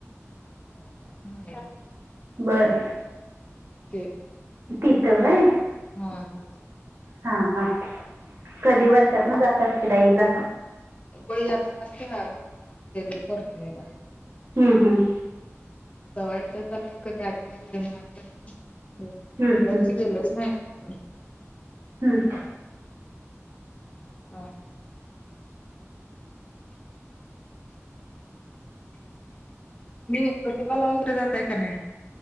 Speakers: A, on the left; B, on the right.
A: आहे
B: बर
A: ते
B: तिथंय
A: हा ते
B: हा हा कधी वर्षात ना जात अस एकदा
A: होई आता काेत्र पौर्णिमेला
B: हम्म, हम्म.
A: सवय यथच कधी आधी म येणारीक्ष
B: हम्म, हम्म.
A: गेलच नाही. ह.
B: हम्म.
A: <unintelligible> जोतिबाला वगैरे जातय का नाही.